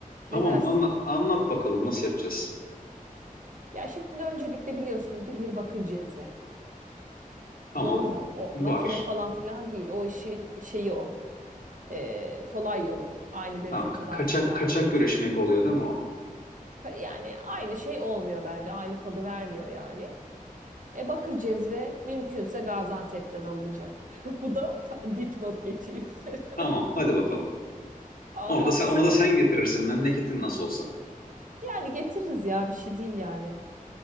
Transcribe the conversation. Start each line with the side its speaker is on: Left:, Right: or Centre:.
Left: Tamam
Right: Ne dersin?
Left: anla- anlat bakalım nasıl yapacağız?
Right: Ya şimdi öncelikle biliyorsun ki bir bakır cezve.
Left: Tamam.
Right: Doğru mu? O
Left: Var.
Right: makine falan filan değil. O işin şeyi o. e, kolay yolu. Aynı lezzeti
Left: Ha, ka-
Right: zaten
Left: kaçak
Right: vermiyor
Left: kaçak
Right: hiçbir
Left: güreşmek
Right: şey.
Left: oluyor değil mi o?
Right: Ka- Yani aynı şey olmuyor bence. Aynı tadı vermiyor yani. E bakır cezve mümkünse Gaziantep'ten alınacak. <laughs> Bu da <laughs> dipnot geçeyim.
Left: Tamam,
Right: <laughs>
Left: hadi bakalım.
Right: Ondan
Left: Onu da sen
Right: sonra
Left: onu da sen getirirsin memleketin nasıl olsa.
Right: yani getiririz ya bir şey değil yani.